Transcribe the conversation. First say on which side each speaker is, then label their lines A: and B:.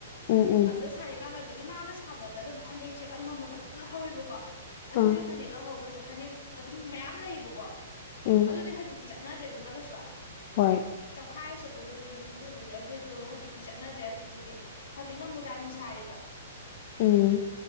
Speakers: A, on the left (about 50°); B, on the left (about 75°).
A: ꯎꯝ ꯎꯝ
B: ꯑꯗ ꯁꯥꯔꯦ ꯀꯅ ꯑꯣꯏꯕꯒꯤ ꯃꯥꯅ ꯁꯥꯕꯗꯗꯨꯝ ꯑꯗꯨꯝ ꯐꯅꯦꯛꯁꯦ ꯑꯗꯨꯅ ꯑꯃꯃꯝ ꯑꯗꯨꯝ ꯂꯍꯧꯋꯦꯕꯀꯣ ꯑꯗꯨꯒꯤ
A: ꯑꯥ
B: ꯐꯅꯦꯛ ꯂꯍꯧꯕ ꯆꯠꯄ ꯐꯅꯦꯛ ꯑꯗꯨꯝ ꯃꯌꯝ ꯂꯩꯌꯦꯕꯀꯣ
A: ꯎꯝ
B: ꯑꯗꯨꯗꯤ ꯍꯖꯤꯀꯤ ꯆꯠꯅꯗ꯭ꯔꯦꯗꯅ ꯀꯩꯁꯨ
A: ꯍꯣꯏ
B: ꯈꯥꯔ ꯁꯦꯠꯄꯗꯨꯕꯨꯗꯤ ꯑꯗꯨꯝꯗꯤ ꯐꯖꯦ ꯑꯗꯨꯗꯤ ꯑꯗꯨ ꯍꯧꯖꯤꯛꯇꯤ ꯆꯠꯅꯗ꯭ꯔꯦ ꯑꯗꯨꯗꯨꯒꯤ ꯍꯧꯖꯤꯛꯅ ꯔꯥꯅꯤ ꯁꯔꯦꯕ
A: ꯎꯝ